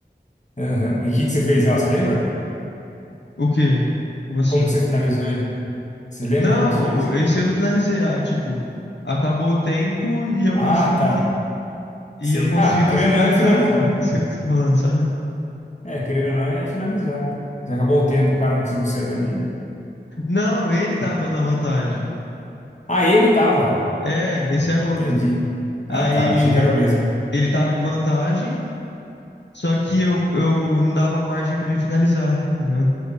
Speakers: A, on the left; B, on the left.
A: Aham. E o que que você fez lá, você lembra?
B: O quê? Como assim?
A: Como que você finalizou ele? Você lembra
B: Não,
A: como você fez?
B: o- esse eu não finalizei. Ah, tipo, acabou o tempo e eu
A: Ah,
B: consegui.
A: tá.
B: E
A: Sei.
B: eu consegui
A: Ah, querendo
B: não ser finalizado.
A: ou não é finalizar,
B: <laughs>
A: né?
B: Isso que eu tô falando, sabe?
A: É, querendo ou não é finalizar, né? Já acabou o tempo, o cara não conseguiu sair dali.
B: Não, ele tava na vantagem.
A: Ah, ele tava.
B: É, esse é outro.
A: Entendi. Ah,
B: Aí
A: tá. Achei que era o mesmo.
B: ele tava em vantagem, só que eu, eu não dava margem pra ele finalizar, entendeu?